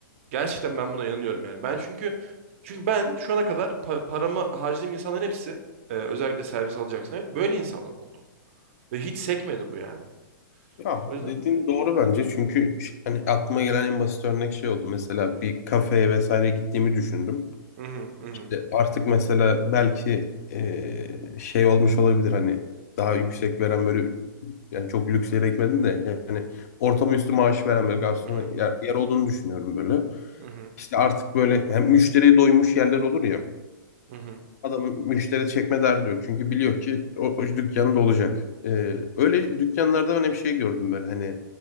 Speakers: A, on the right; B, on the left.
A: Gerçekten ben buna inanıyorum yani. Ben çünkü çünkü ben şu ana kadar pa- paramı harcadığım insanların hepsi e, özellikle servis alacaksan hep böyle insanlar oldu. Ve hiç sekmedi bu yani.
B: Ya
A: O yüzden
B: dediğin doğru bence. Çünkü ş- hani aklıma gelen en basit örnek şey oldu. Mesela bir kafeye vesaire gittiğimi düşündüm.
A: mhm, mhm,
B: İşte artık mesela belki eee, şey olmuş olabilir hani daha yüksek veren böyle yani çok lüks yere gitmedim de yani ortamı üstü maaş veren böyle garsona
A: mhm,
B: yer, yer olduğunu düşünüyorum böyle.
A: mhm,
B: İşte artık böyle hem müşteriyi doymuş yerler olur ya.
A: mhm.
B: Adamın müşteri çekme derdi yok. Çünkü biliyor ki o, o dükkan dolacak. Ee, öyle dükkanlarda ben hep şey gördüm böyle hani